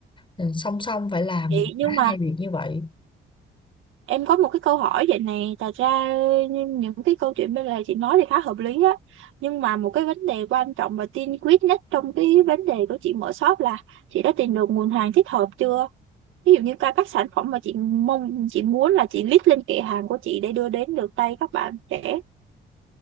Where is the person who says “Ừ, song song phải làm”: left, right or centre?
Left